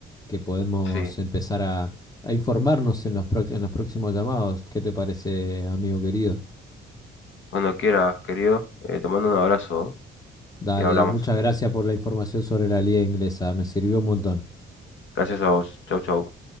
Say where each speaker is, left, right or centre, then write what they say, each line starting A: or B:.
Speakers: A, on the left; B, on the left.
A: que podemos
B: Sí,
A: empezar a, a informarnos en los, prox- en los próximos llamados. ¿Qué te parece, amigo querido?
B: cuando quieras, querido, eh, te mando un abrazo
A: Dale,
B: ¿eh? y hablamos.
A: y muchas gracias por la información sobre la liga inglesa, me sirvió un montón.
B: Gracias a vos. Chau, chau.